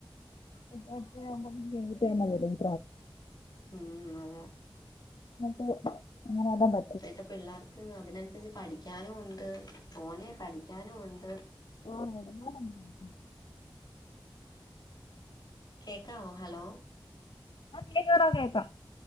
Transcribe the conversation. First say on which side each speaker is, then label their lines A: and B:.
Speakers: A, on the left; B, on the left.
A: എട്ട ട്ടരാവുമ്പോ കയും
B: ഉം അതാ
A: <unintelligible> ഇങ്ങനെ വല്ലൻ പ
B: ഇപ്പഴത്തെ പിള്ളാർക്ക് അതിനനുസരിച്ച് പഠിക്കാനു ഉണ്ട് തോനെ പഠിക്കാനു ഉണ്ട്
A: ഓഹ് എടങ്ങറൊന്നല്ല
B: കേക്കാവോ ഹലോ
A: ആഹ് കേക്കാടാ കേക്കാം